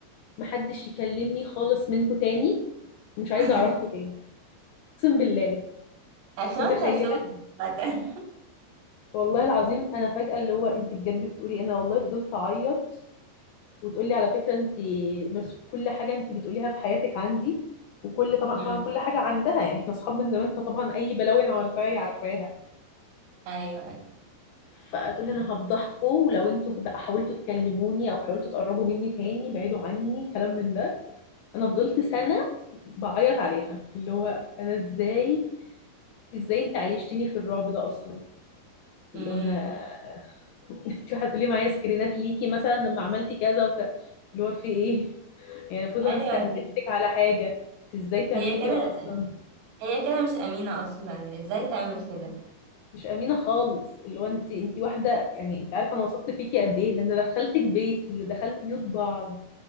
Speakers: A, on the left; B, on the right.
A: محدش يكلمني خالص منكم تاني مش عايزه
B: <laughs>
A: اعرفكم تاني اقسم بالله
B: اخواتها
A: متخيله
B: سود بدل
A: والله العظيم انا فجاه اللي هو انت بجد بتقولي إيه؟ انا والله فضلت اعيط وتقولي على فكره انت بس كل حاجه انت بتقوليها في حياتك عندي وكل طبعا
B: امم
A: طبعا كل حاجه عندها يعني احنا اصحاب من زمان فطبعا اي بلاوي انا عملتها هي عارفاها
B: <laughs> ايوه
A: فتقولي انا هفضحكم ولو انتوا بقى حاولتوا تكلموني او حاولتوا تقربوا مني تاني بعيدوا عني كلام من ده انا فضلت سنة بعيط عليها اللي هو انا ازاي ازاي انت عيشتني في الرعب ده اصلا اللي
B: امم
A: هو انا <laughs> انت هتقولي معايا سكرينات ليكي مثلا لما عملتي كذا وكذا اللي هو في ايه يعني المفروض
B: ايوه
A: انا استأمنتك
B: دي
A: على حاجة انت ازاي تعملي
B: هي
A: كده
B: كده
A: اصلا
B: هي كده مش امينة اصلا ازاي تعمل كده
A: مش امينة خالص اللي هو انت انت واحدة يعني انت عارفة انا وثقت فيكي قد ايه ده انا دخلتك بيتي ودخلنا بيوت بعض